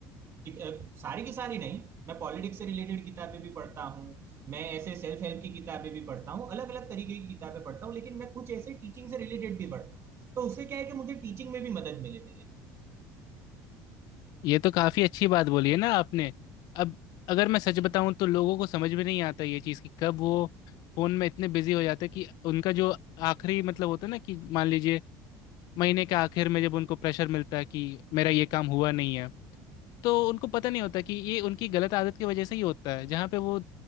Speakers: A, on the right; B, on the left.
A: कि- अ, सारी की सारी नहीं मैं पॉलिटिक्स से रिलेटेड किताबें भी पढ़ता हूँ मैं ऐसे सेल्फ हेल्प की किताबें भी पढ़ता हूँ अलग अलग तरीके की किताबें पढ़ता हूँ लेकिन मैं कुछ ऐसे टीचिंग से रिलेटेड भी पढ़ता हूँ तो उससे क्या है कि मुझे टीचिंग में भी मदद मिले मेरे
B: ये तो काफी अच्छी बात बोली है ना आपने अब अगर मैं सच बताऊं तो लोगों को समझ में नहीं आता ये चीज़ कि कब वो फोन में इतने बिजी हो जाते हैं कि उनका जो आखिरी मतलब होता है ना कि मान लीजिए महीने के आखिर में जब उनको प्रेशर मिलता है कि मेरा ये काम हुआ नहीं है तो उनको पता नहीं होता कि ये उनकी गलत आदत की वजह से ही होता है जहाँ पे वो